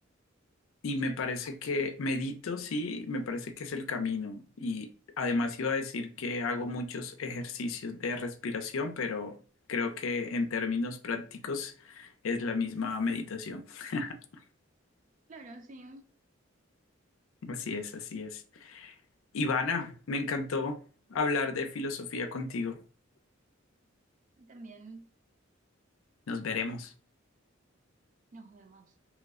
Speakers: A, on the left; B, on the right.
A: Y me parece que medito, sí, me parece que es el camino. Y además iba a decir que hago muchos ejercicios de respiración, pero creo que en términos prácticos es la misma meditación. <laughs>
B: Claro, sí,
A: Así es, así es. Ivana, me encantó hablar de filosofía contigo.
B: también
A: Nos veremos.
B: nos vemos.